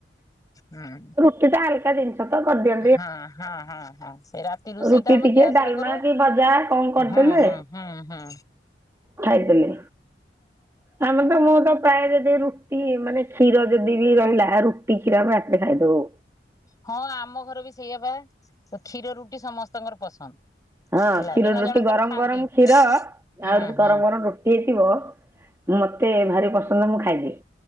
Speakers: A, on the left; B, on the right.
A: ହୁଁ।
B: କେତେ ହାଲକା ଜିନ୍ ସେଟା କରିଦିଅ।
A: ହଁ ହଁ ହଁ ହଁ ସେଇ ରାତ୍ ରାତି ରୋଷେଇଟା
B: ରୁଟି
A: ଆମେ
B: ଟିକେ
A: ଗ୍ୟାସରେ
B: ଡାଲମା
A: କରୁ
B: କି ଭଜା କଣ କରିଦେଲେ
A: ହଁ ହଁ ହଁ ହଁ।
B: ଖାଇଦେଲେ। ଆମେ ତ ମୁଁ ତ ପ୍ରାୟ ଯଦି ରୁଟି ମାନେ କ୍ଷୀର ଯଦି ବି ରହିଲା ରୁ ଟି କ୍ଷୀର ଆମ ରାତିରେ ଖାଇଦବୁ।
A: ହଁ ଆମ ଘର ବି ସେଇଆ ପା ତ କ୍ଷୀର ରୁଟି ସମସ୍ତଙ୍କର ପସନ୍ଦ।
B: ହଁ
A: ହେଲା
B: କ୍ଷୀର
A: ଜଣ
B: ରୁଟି
A: ଜଣଙ୍କର
B: ଗରମ
A: ଖାଆନ୍ତି।
B: ଗରମ କ୍ଷୀର ଆଉ
A: ହୁଁ
B: ରୁ ଵି
A: ହୁଁ
B: ଗରମ ଗରମ ରୁ ହେଇଥିବ ମତେ ଭାରି ପସନ୍ଦ ମୁଁ ଖାଇ ଦିଏ।